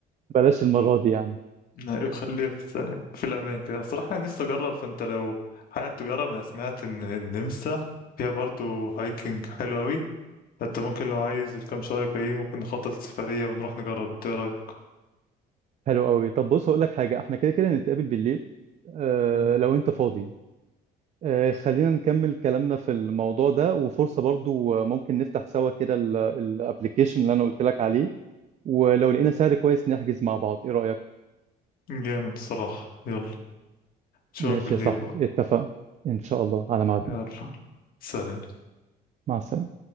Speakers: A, on the right; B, on the left.
A: بلاش المرة دي يعني
B: ايوه خليه في في الأمان كده الصراحة أنا نفسي أجرب فأنت لو حابب تجرب أنا سمعت إن النمسا فيها برضو هايكنج حلو أوي فأنت ممكن لو عايز الكام شهر الجايين ممكن نخطط سفرية ونروح نجرب أنت إيه رأيك؟
A: حلو قوي طب بص هقول لك حاجة احنا كده كده نتقابل بالليل آه
B: مم.
A: لو انت فاضي آه خلينا نكمل كلامنا في الموضوع ده وفرصة برضو آه، ممكن نفتح سوا كده الابليكيشن اللي انا قلت لك عليه ولو لقينا سعر كويس نحجز مع بعض ايه رأيك
B: جامد الصراحة يلا نشوفك
A: ماشي
B: بالليل
A: يا صاحبي
B: بقى
A: اتفقنا ان شاء الله على ميعادنا
B: يلا سلام
A: مع السلامة